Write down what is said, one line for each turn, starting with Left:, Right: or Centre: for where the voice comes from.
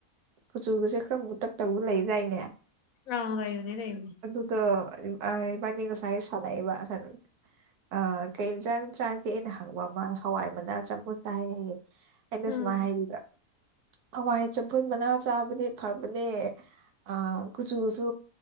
Right: ꯀꯨꯆꯨꯒꯁꯦ ꯈꯔ ꯃꯨꯇꯛ ꯇꯧꯕ ꯂꯩꯗꯥꯏꯅꯦ
Left: ꯑꯥ ꯂꯩꯕꯅꯦ ꯂꯩꯕꯅꯦ
Right: ꯑꯗꯨꯗ ꯑꯥ ꯏꯕꯥꯅꯤ ꯉꯁꯥꯏ ꯁꯟꯅꯩꯑꯕ <unintelligible> ꯑꯥ ꯀꯩ ꯏꯟꯖꯥꯡ ꯆꯥꯒꯦ ꯑꯩꯅ ꯍꯪꯕ ꯃꯥꯅ ꯍꯋꯥꯏ ꯃꯅꯥ ꯆꯝꯐꯨꯠ ꯆꯥꯏꯌꯦ ꯍꯥꯏꯌꯦ ꯑꯩꯅ
Left: ꯎꯝ
Right: ꯁꯨꯃꯥꯏ ꯍꯥꯏꯕꯤꯕ ꯍꯋꯥꯏ ꯆꯝꯐꯨꯠ ꯃꯅꯥ ꯆꯥꯕꯗꯤ ꯐꯕꯅꯦ ꯑꯥ ꯀꯨꯆꯨꯁꯨ